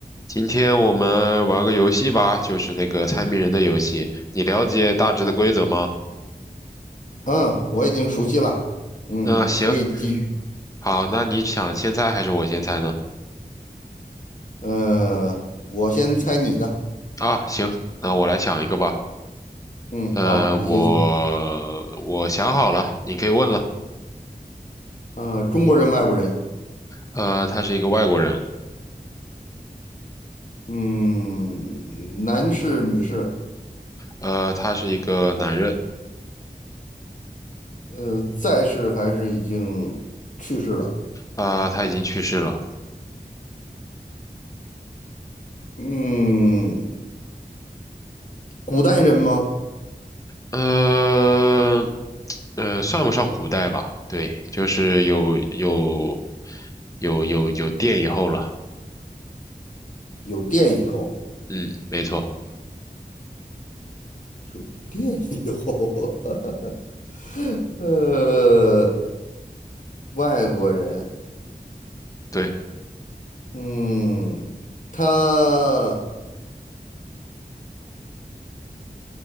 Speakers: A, on the left; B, on the left.
A: 今天我们玩个游戏吧，就是那个猜谜人的游戏。你了解大致的规则吗？
B: 嗯，我已经熟悉了。嗯，
A: 嗯，行，
B: 可以继续。
A: 好，那你想先猜还是我先猜呢？
B: 呃，我先猜你的。
A: 啊，行，那我来想一个吧。
B: 嗯，
A: 呃，
B: 好，你先想。
A: 我我想好了，你可以问了。
B: 呃，中国人，外国人。
A: 呃，他是一个外国人，
B: 嗯，男士，女士。
A: 呃，他是一个男人，
B: 呃，在世还是已经去世了？
A: 啊、他已经去世了。
B: 嗯，古代人吗？
A: 呃，呃，算不上古代吧？对，就是有有有有有电以后了。
B: 有电以后，
A: 嗯，没错。
B: 有电以后。<laughs> 呃，外国人。
A: 对，
B: 嗯，他